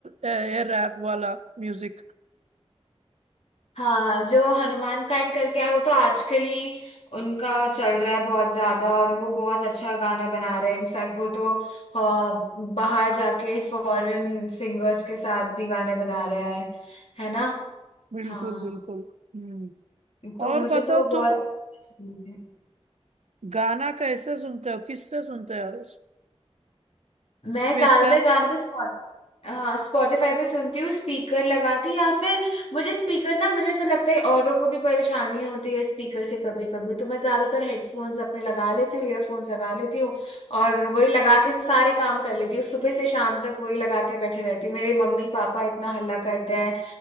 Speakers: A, on the right; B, on the left.
A: है ये रैप वाला म्यूजिक
B: हाँ जो हनुमान काइंड करके आए वो तो आजकल ही उनका चल रहा है बहुत ज्यादा और वो बहुत अच्छा गाने बना रहे हैं इनफैक्ट वो तो अ, बाहर जाके फॉरेन सिंगर्स के साथ भी गाने बना रहा है है ना
A: बिल्कुल
B: हाँ
A: बिल्कुल हम्म
B: तो
A: और
B: मुझे
A: बताओ
B: तो बहुत
A: तुम
B: अच्छे लगे।
A: गाना कैसे सुनते हो किससे सुनते हो
B: मैं
A: स्पीकर
B: ज्यादातर गाने तो हाँ स्पॉटिफाई पे सुनती हूँ स्पीकर लगा के या फिर मुझे स्पीकर ना मुझे ऐसा लगता है औरों को भी परेशानी होती है स्पीकर से कभी कभी तो मैं ज्यादातर हेडफोन्स अपने लगा लेती हूँ ईयरफोन्स लगा लेती हूँ और वही लगा के सारे काम कर लेती हूँ सुबह से शाम तक वही लगा के बैठे रहती हूँ मेरे मम्मी पापा इतना हल्ला करते हैं